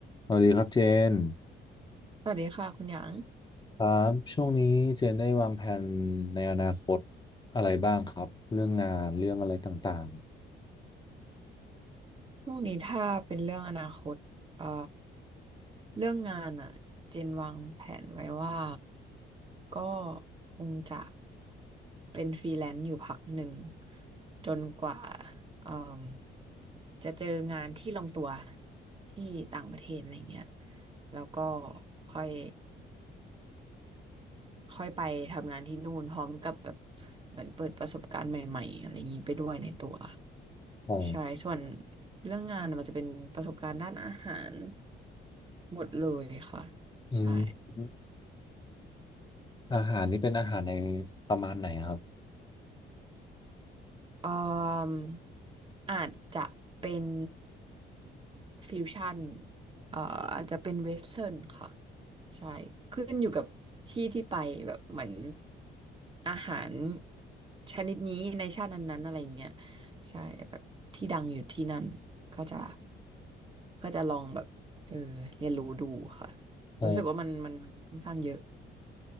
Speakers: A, on the left; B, on the right.
A: สวัสดีครับเจน
B: สวัสดีค่ะคุณหยาง
A: ครับช่วงนี้เจนได้วางแผนในอนาคตอะไรบ้างครับเรื่องงานเรื่องอะไรต่าง
B: ช่วงนี้ถ้าเป็นเรื่องอนาคตเอ่อเรื่องงานอ่ะเจนวางแผนไว้ว่าก็คงจะเป็นฟรีแลนซ์อยู่พักหนึ่งจนกว่าเอ่มจะเจองานที่ลงตัวที่ต่างประเทศอะไรเงี้ยแล้วก็ค่อย ค่อยไปทำงานที่นู่นพร้อมกับแบบเหมือนเปิดประสบการณ์ใหม่ๆอะไรอย่างนี้ไปด้วยในตัว
A: ๆอ๋อ
B: ใช่ส่วนเรื่องงานน่ะมันจะเป็นประสบการณ์ด้านอาหารหมดเลยค่ะ
A: อืม
B: ใช่
A: อาหารนี่เป็นอาหารในประมาณไหนครับ
B: ออมอาจจะเป็นฟิวชั่นเอ่ออาจจะเป็นเวสเทิร์นค่ะใช่ขึ้นอยู่กับที่ที่ไปแบบเหมือนอาหารชนิดนี้ในชาตินั้นๆอะไรเงี้ยใช่แบบที่ดังอยู่ที่นั่นก็จะก็จะลองแบบเออเรียนรู้ดูค่ะ
A: อ๋อ
B: รู้สึกว่ามันมันมันค่อนข้างเยอะ